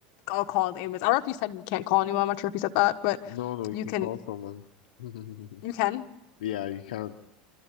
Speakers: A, on the left (about 65°); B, on the left (about 80°).
A: I'll call the ambulance. I don't know if you said you can't call anyone. I'm not sure if you said that, but
B: No, no, you
A: you
B: can
A: can
B: call someone. <laughs>
A: you can.
B: Yeah, you can.